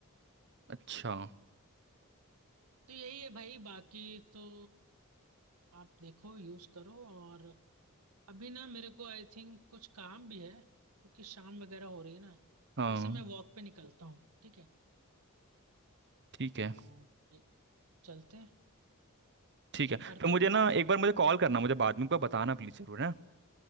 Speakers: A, on the right (about 50°); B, on the right (about 85°).
A: अच्छा
B: तो यही है भाई बाकी तो आप देखो यूज करो और अभी ना मेरे को आई थिंक कुछ काम भी है क्योंकि शाम वगैरह हो रही है ना
A: हाँ
B: तो ऐसे मैं वॉक पे निकलता हूँ ठीक है
A: ठीक
B: तो
A: है
B: एक- चलते हैं
A: ठीक है
B: करता
A: तो मुझे
B: हूँ मैं
A: ना
B: बाद में बात
A: एक बार मुझे कॉल करना मुझे बाद में को बताना प्लीज जरूर है